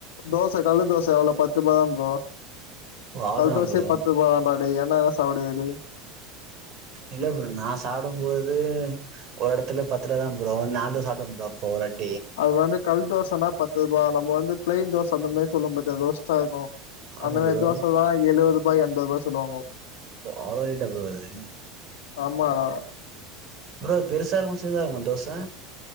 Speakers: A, on the left; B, on the right.
A: தோச கள்ளு தோச எவ்வளோ பத்து ரூபா தா ப்ரோ
B: ஓ அவ்ளோதானா
A: கல் தோச
B: ப்ரோ
A: பத்து ரூவா தா டா அப்டி என்னத சாப்டுவ வெளிய
B: இல்ல ப்ரோ நா சாப்டபோது ஒரு எடத்துல பத்து ரூபா தா ப்ரோ நாலு சாப்ட ப்ரோ அப்போ ஒரு எட்
A: அது வந்து கல்தோசனா பத்து ருவா நம்ம வந்து பிளைன் தோச அந்த மாரி சொல்லும் போது ரோஸ்ட்டா இருக்கு
B: ஆமா
A: அந்த மாரி
B: ப்ரோ
A: தோச தா எழுவது ரு பா எண்பது ரூபா சொல்லுவாங்கொ
B: அவ்ளோ ரேட்டா ப்ரோ அது
A: ஆமாடா
B: ப்ரோ பெருசா இருக்குமா சின்னதா இருக்குமா தோச